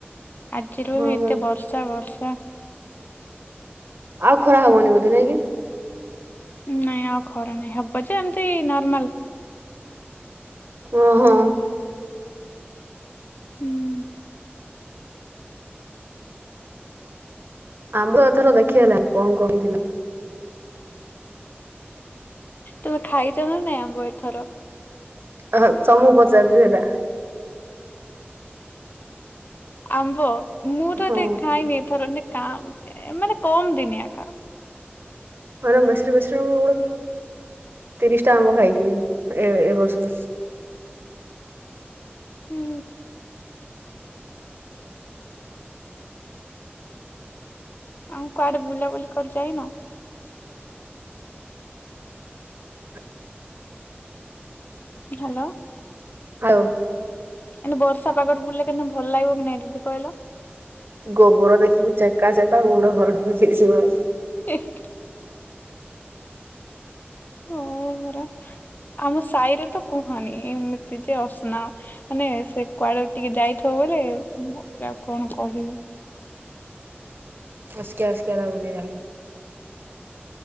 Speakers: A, on the left; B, on the right.
A: ଆଜିରୁ
B: ହଁ
A: ଏତେ ବର୍ଷା ବର୍ଷା।
B: ଆଉ ଖରା ହବନି ବୋଧେ ନାଇଁ କି?
A: ନାଇଁ ଆଉ ଖରା ନାଇଁ ହବ ଯେ ଏମିତି ନର୍ମାଲ।
B: ଓ ହୋ।
A: ହୁଁ
B: ଆମ୍ବ ଏଥର ଦେଖି ହେଲାଣି କଣ କଣ ହେଇଥିଲା?
A: ତମେ ଖାଇଛ ନା ନାଇଁ ଆମ୍ବ ଏଥର?
B: ଅ ହ ତମକୁ ପଚାରୁଛି ସେଇଟା।
A: ଆମ୍ବ ମୁଁ ତ
B: ହଁ
A: ଏତେ ଖାଇନି ଏ ଥରକ କା ମାନେ କମ ଦିନିଆ କା
B: ମାନେ ବେଶରୁ ବେଶିରୁ ଗୋଟେ ତିରିଶ ଟା ଆମ୍ବ ଖାଇଥିବି ଏ ଏ ବର୍ଷ।
A: ହୁଁ। ଆଉ କୁଆଡେ ବୁଲାବୁଲି କରି ଯାଇନ?
B: <inaudible>
A: ହ୍ୟାଲୋ।
B: <unintelligible>
A: କିନ୍ତୁ ବର୍ଷା ପାାଗରୁ ବଡିଲେ କେମୁ ଭଲ ଲାଗିବ କି ନାଇଁଦି କହିଲା?
B: ଗୋବର ଦେଖିବୁ ଚେକା ଚେକା ଗୁଡ ଭର ହେଇଯିବ।
A: <unintelligible> ହ ହରା ଆମ ସାହିରେ ତ କୁହନି ଏମିତି ଯେ ଅସ୍ ନା ମାନେ ସେ କୁଆଡେ ଟିକେ ଯାଇଥିବ ବଉଲେ କଣ କହିବି?
B: ଅସସ୍କାଆ ଓସ୍କଆ ଲାଗୁଛି ଖାଲି।